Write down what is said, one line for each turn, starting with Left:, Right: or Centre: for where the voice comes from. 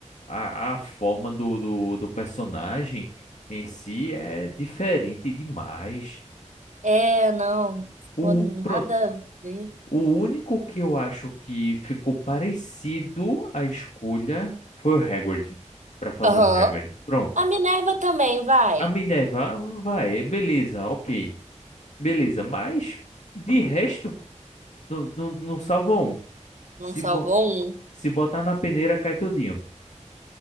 Left: a, a forma do, do, do personagem em si é diferente demais.
Right: É, não.
Left: O,
Right: Pô, nada
Left: pronto,
Right: a ver.
Left: O único que eu acho que ficou parecido à escolha foi o Hagrid, para fazer
Right: Aham.
Left: o Hagrid. Pronto.
Right: A Minerva também, vai.
Left: A Minerva "Ah, vai, beleza, ok. Beleza, mas de resto, não, não, não salva um.
Right: Não
Left: Se,
Right: salvou
Left: bo-
Right: um.
Left: se botar na peneira, cai tudinho.